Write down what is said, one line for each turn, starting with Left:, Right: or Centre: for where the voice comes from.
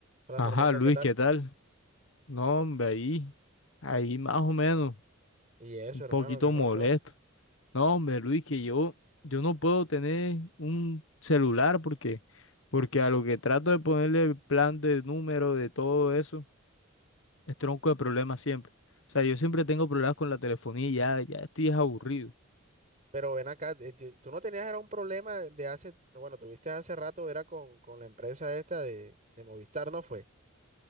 Right: Hola
Left: Ajá,
Right: Fernando,
Left: Luis,
Right: ¿qué tal?
Left: ¿qué tal? No, hombre, ahí, ahí más o menos,
Right: Y eso,
Left: un poquito
Right: hermano, ¿qué pasó?
Left: molesto. No, hombre, Luis, que yo, yo no puedo tener un celular porque, porque a lo que trato de ponerle el plan de número, de todo eso, es tronco de problemas siempre. O sea, yo siempre tengo problemas con la telefonía y ya, ya estoy es aburrido.
Right: Pero ven acá, eh, ti- tú no tenías, era un problema de hace, bueno, tuviste hace rato, era con, con la empresa esta de, de Movistar, ¿no fue?